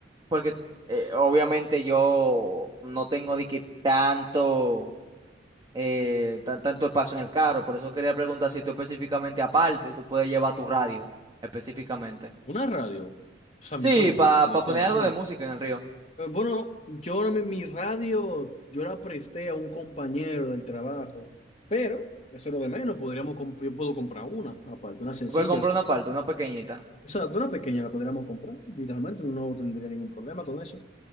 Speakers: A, on the right; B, on the left.
A: porque eh, obviamente yo no tengo de que tanto eh, ta- tanto espacio en el carro. Por eso quería preguntar si tú específicamente aparte, tú puedes llevar tu radio específicamente.
B: Una radio, o sea,
A: Sí,
B: mi, bueno,
A: para
B: mi radio,
A: poner
B: o sea,
A: algo
B: bueno,
A: de música en el río.
B: eh, bueno, yo ahora mi, mi radio, yo la presté a un compañero del trabajo, pero eso es lo de menos, podríamos, comp- yo puedo comprar una, aparte, unas sencillas.
A: Tú puedes comprar una parte, una pequeñita.
B: O sea, una pequeña la podríamos comprar, literalmente no tendría ningún problema con eso.